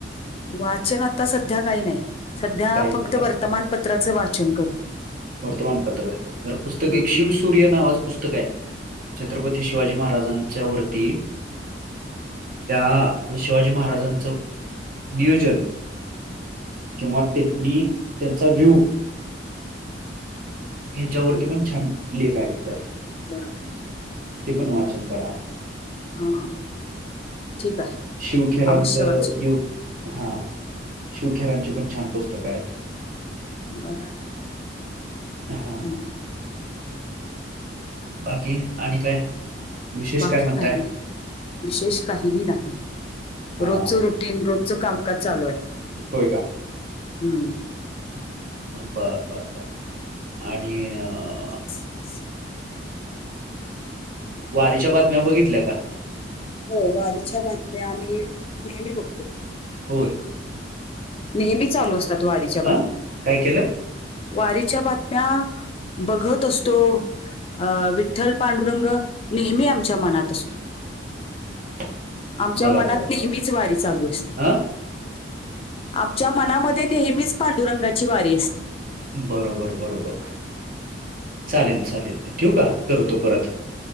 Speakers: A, on the left (about 30°); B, on the right (about 50°).
A: वाचन आता सध्या काही नाही सध्या
B: काही
A: फक्त
B: नाही काय
A: वर्तमानपत्राचं वाचन करतो.
B: वर्तमान पत्र जर पुस्तक
A: हं,
B: एक शिवस सूर्य नावाचं पुस्तक आहे छत्रपती शिवाजी महाराजांच्या वरती त्या शिवाजी महाराजांचं नियोजन किंवा त्यांनी त्यांचा व्ह्यू. ह्याच्यावरती
A: हं.
B: पण छान लेख आहेत त्यात.
A: बरं.
B: ते पण वाचन करा.
A: हां ठीक आहे.
B: शिवखेरांचं
A: अवश्य वाचेन.
B: योग हा शिवखेरांची पण छान पुस्तकं आहेत.
A: बरं हम्म
B: हा
A: हम.
B: बाकी आणि काय? विशेष
A: बाकी
B: काय म्हणताय
A: काही नाही विशेष काहीही नाही
B: हा
A: रोजच रुटीन रोज चो कामकाज चालू आहे.
B: होय का?
A: हम्म.
B: बर बर बर आणि अ
A: <inaudible>
B: वारीच्या बातम्या बघितल्या का?
A: हो वारीच्या बातम्या आम्ही नेहमी बघतो.
B: होय -
A: नेहमी चालू असतात वारीच्या बातम्या.
B: अ काय केलं
A: वारीच्या बातम्या बघत असतो. अ विठ्ठल पांडुरंग नेहमी आमच्या मनात असतो.
B: <inaudible>
A: आमच्या
B: बर
A: मनात
B: बर
A: नेहमीच
B: बर
A: वारी चालू असते.
B: अ
A: आमच्या मनामध्ये नेहमीच पांडुरंगाची वारी असते.
B: बरोबर बरोबर चालेल चालेल ठेऊ का करतो परत.